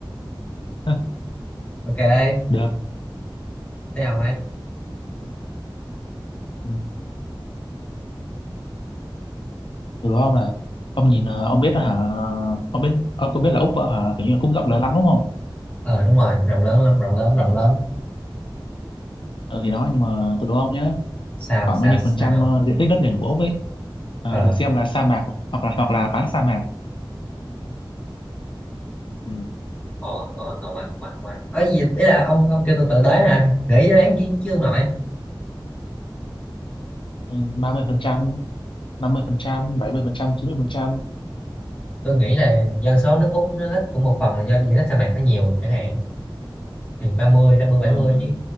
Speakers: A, on the left; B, on the left.
A: Hừ,
B: ok
A: được
B: thế ông ấy
A: ừ. từ đó ông là ông nhìn ờ, ông biết đó hả ông biết ông có biết là úc ờ, hả kiểu như là cũng rộng lớn lắm đúng không
B: ờ đúng rồi rộng lớn lắm rộng lớn rộng lớn
A: ừ, thì đó nhưng mà tôi đố ông nhé
B: sao
A: khoảng
B: sao
A: bao nhiêu
B: sao
A: phần trăm ờ, diện tích đất liền của úc ấy ờ,
B: ờ
A: được xem là sa mạc hoặc hoặc là hoặc là bán sa mạc ừ.
B: ờ ờ, còn quá ngon quá quá ấy gì ý là ông ông kêu tôi tự tới hả nghĩ đáp án chứ chưa ông nội
A: Ừ, ba mươi phần trăm năm mươi phần trăm bảy mươi phần trăm chín mươi phần trăm
B: tôi nghĩ là dân số nước Úc nó ít cũng một phần là do diện tích sa mạc nó nhiều chẳng hạn thì 30 50
A: ờ,
B: 70 chứ